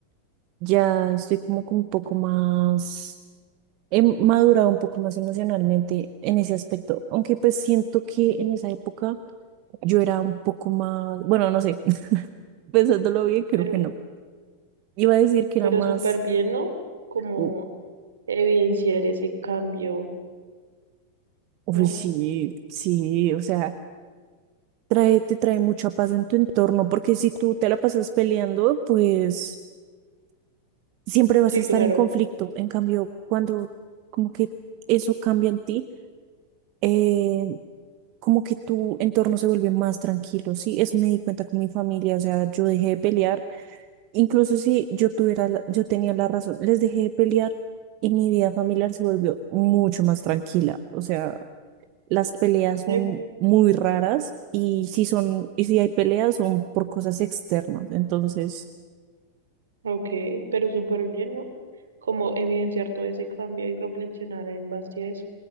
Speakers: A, on the right (about 45°); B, on the right (about 80°).
A: ya estoy como que un poco más, he madurado un poco más emocionalmente en ese aspecto. Aunque pues siento que en esa época yo era un poco más, bueno, no sé, <laughs> pensándolo bien, creo
B: Pero,
A: que no. Iba a decir que
B: pero
A: era más,
B: súper bien, ¿no? Como
A: u-
B: evidenciar ese cambio,
A: uy,
B: ¿no?
A: sí, sí, o sea. trae, te trae mucha paz en tu entorno, porque si tú te la pasas peleando, pues siempre vas
B: Sí,
A: a estar
B: claro.
A: en conflicto. En cambio, cuando como que eso cambia en ti, eh, como que tu entorno se vuelve más tranquilo, ¿sí? Eso me di cuenta con mi familia, o sea, yo dejé de pelear, incluso si yo tuviera, la- yo tenía la razón, les dejé de pelear y mi vida familiar se volvió mucho más tranquila, o sea... las peleas son
B: Eh,
A: muy raras y si son, y si hay peleas son por cosas externas. Entonces,
B: Ok, pero súper bien, ¿no? Como evidenciar todo ese cambio y reflexionar en base a eso.